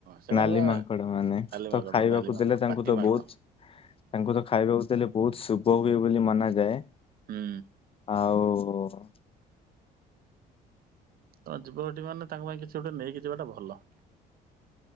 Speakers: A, on the right; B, on the left.
A: ସେମାନେ
B: ନାଲି
A: ବା
B: ମାଙ୍କଡ଼ମାନେ
A: ନାଲି ମାଙ୍କଡ଼
B: ତ ଖାଇବାକୁ
A: ନାଲି ମାଙ୍କଡ଼
B: ଦେଲେ ତାଙ୍କୁ
A: ପାତି
B: ତ
A: ମାଙ୍କଡ଼
B: ବହୁତ ତାଙ୍କୁ ତ ଖାଇବାକୁ ଦେଲେ ବହୁତ ଶୁଭ ହୁଏ ବୋଲି ମନାଯାଏ।
A: ହୁଁ।
B: ଆଉ
A: ତ ଯିବ ହେଠି ମାନେ ତାଙ୍କ ପାଇଁ କିଛି ଗୋଟେ ନେଇକି ଯିବାଟା ଭଲ।